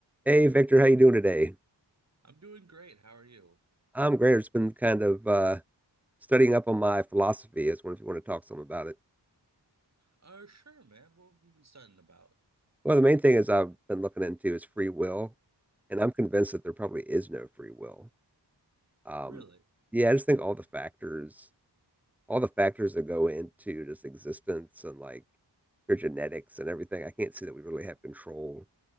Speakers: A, in the centre; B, on the right (about 35°).
A: Hey Victor, how you doing today?
B: I'm doing great. How are you?
A: I'm great. I've just been kind of uh, studying up on my philosophy. as was if you want to talk some about it.
B: Uh, sure, man. What have you been studying about?
A: Well, the main thing is I've been looking into is free will, and I'm convinced that there probably is no free will. Um,
B: Really?
A: yeah, I just think all the factors, all the factors that go into just existence and like your genetics and everything, I can't see that we really have control